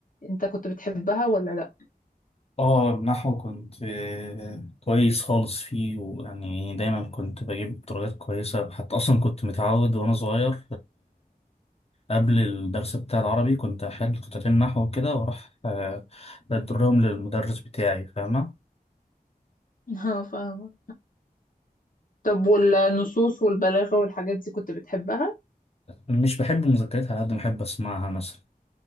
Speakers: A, on the left; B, on the left.
A: انت كنت بتحبها ولا لا
B: اه النحو كنت آه، كويس خالص فيه ويعني دايما كنت بجيب درجات كويسة حتى أصلا كنت متعود وأنا صغير قبل الدرس بتاع العربي كنت أحل قطعتين نحو وكده وأروح آه، بدرهم للمدرس بتاعي فاهمة
A: <laughs> اه فاهمة طب والنصوص والبلاغه والحاجات دي كنت بتحبها
B: مش بحب المذكرات على قد ما بحب أسمعها مثلا